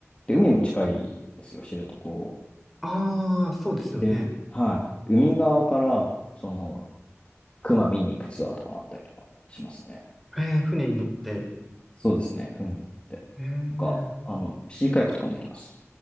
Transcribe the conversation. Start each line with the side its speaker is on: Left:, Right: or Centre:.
Left: で、海も近いですよ、知床。
Centre: ああ、そうですよね。
Left: で、はい。海側から、その、熊見に行くツアーとかもあったりとかしますね。
Centre: えー、船に乗って。
Left: そうですね、船に乗って。
Centre: えー、
Left: なんか、あの、シーカヤックとかもできます。